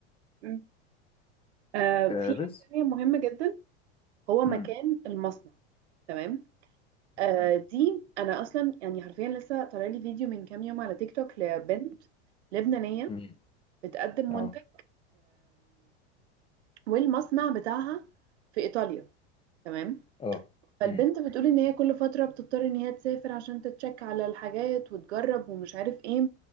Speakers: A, on the right; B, on the left.
A: مم. آه في
B: أه بس
A: حاجه تانيه مهمه جدا هو
B: مم.
A: مكان المصنع تمام آه
B: مم.
A: دي انا اصلا يعني حرفيا لسه طالع لي فيديو من كام يوم على تيك توك لبنت لبنانيه
B: مم.
A: بتقدم
B: اه
A: منتج والمصنع بتاعها في إيطاليا تمام
B: اه
A: فالبنت
B: مم.
A: بتقول إن هي كل فترة بتضطر إن هي تسافر عشان تتشك على الحاجات وتجرب ومش عارف إيه